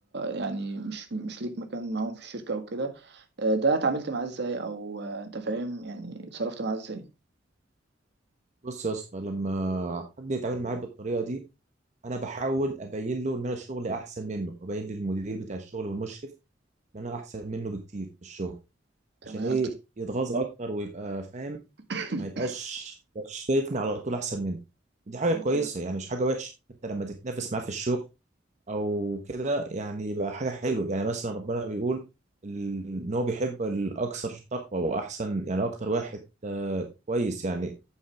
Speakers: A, on the right; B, on the right.
A: يعني مش مش ليك مكان معاهم في الشركه او كده آه، ده اتعاملت معاه ازاي او آه، انت فاهم يعني اتصرفت معاه ازاي
B: بص يا اسطى لما حد يتعامل معايا بالطريقه دي انا بحاول ابين له ان انا شغلي احسن منه وابين للمدير بتاع الشغل والمشرف ان انا احسن منه بكتير في الشغل
A: تمام
B: عشان ايه يتغاظ اكتر ويبقى فاهم
A: <coughs>
B: ما يبقاش يبقاش شايفني على طول احسن منه دي حاجه
A: ممتاز
B: كويسه يعني مش حاجه وحشه انت لما تتنافس معاه في الشغل او كده يعني يبقى حاجه حلوه يعني مثلا ربنا بيقول ال- ان هو بيحب الاكثر تقوى واحسن يعني اكتر واحد آه، كويس يعني